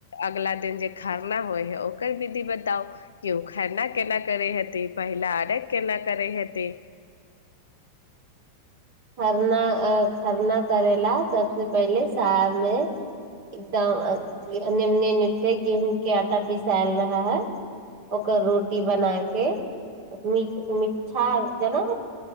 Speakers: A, on the left; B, on the right.
A: अगला दिन जे खरना होइ है ओकर विधि बताउ कि ओ खरना केना करै हेति पहिला अरघ केना करैत हेति
B: खरना आ खरना करय ला सबसे पहिले साममे एकदम एनेे उने से गेहूँ के आटा पीस पिसायल रह है ओकर रोटी बना के मिड मिठ मिठा जेना